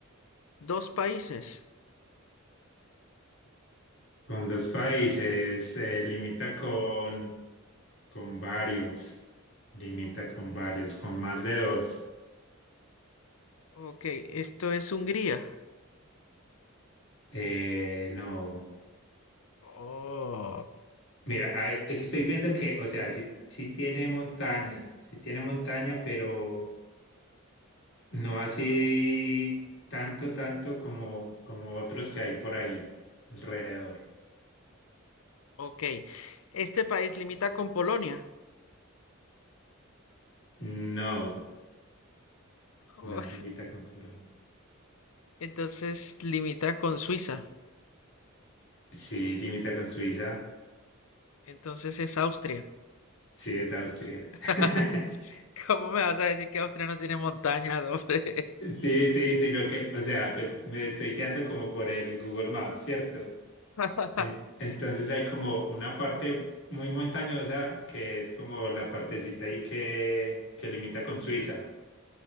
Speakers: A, on the left; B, on the left.
A: dos países.
B: Con dos países, se limita con, con varios, limita con varios, con más de dos.
A: Ok, esto es Hungría.
B: Eh, no.
A: Oh,
B: Mira, ahí- aquí estoy viendo que, o sea, sí, sí tiene montaña, sí tiene montaña, pero no así tanto, tanto como, como otros que hay por ahí alrededor.
A: ok. Este país limita con Polonia.
B: No,
A: Oh,
B: no limita con Polonia.
A: entonces limita con Suiza.
B: Sí, limita con Suiza,
A: Entonces es Austria.
B: sí es Austria.
A: <laughs>
B: <laughs>
A: ¿Cómo me vas a decir que Austria no tiene montañas, hombre?
B: Sí, sí, sino que, o sea, pues me estoy guiando como por el Google Maps, ¿cierto?
A: <laughs>
B: En- entonces hay como una parte muy montañosa que es como la partecita ahí que, que limita con Suiza,